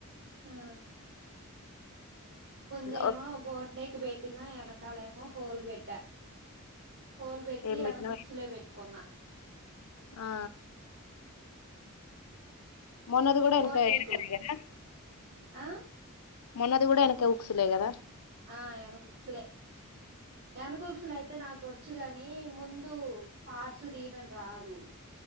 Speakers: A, on the right (about 50°); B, on the left (about 80°).
A: ఆ ముందేమో
B: ఒక-
A: బోట్ నెక్ పెట్టినా వెనకాలేమో హోల్ వెట్టా హోల్ పెట్టి
B: ఏం
A: వెనుక
B: పెట్టినవో
A: కుక్స్లే పెట్టుకున్నా
B: ఆ మొన్నది కూడా
A: బోట్
B: వెనుక
A: నెక్
B: వెనుక నేనా
A: ఆ
B: మొన్నది కూడా వెనక ఊక్సులే కదా
A: ఆ వెనక ఊక్సులే వెనక ఉక్సులు అయితే నాకు వచ్చు కాని ముందు పార్ట్స్ తీయడం రాదు